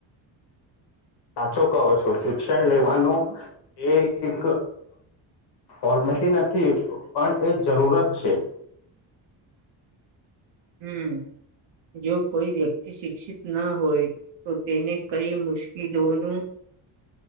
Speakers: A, on the left (about 55°); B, on the right (about 65°).
A: સાચો કહો છો શિક્ષણ લેવાનો એ એક ફોર્મલિટી નથી પણ એ જરૂરત છે.
B: હમ જો કોઈ વ્યક્તિ શિક્ષિત ના હોય તો તેને કઈ મુશ કીલોનું